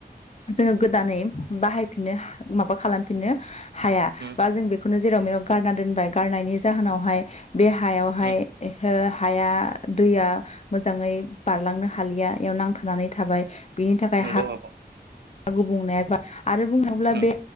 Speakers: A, on the left; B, on the right.
A: जोङो गोदानै बाहायफिननो माबा खालामफिननो हाया
B: औ
A: बा जों बेखौनो जेराव मेराव गारना दोनबाय गारनायनि जाहोनावहाय बे हायावहाय
B: औ
A: हो हाया दैया मोजाङै बारलांनो हालिया इयाव नांथा नानै थाबाय बिनि थाखाय
B: नंगौ
A: हा
B: आबौ
A: गुबुंनाया जा आरो बुंनो थांब्ला
B: औ
A: बे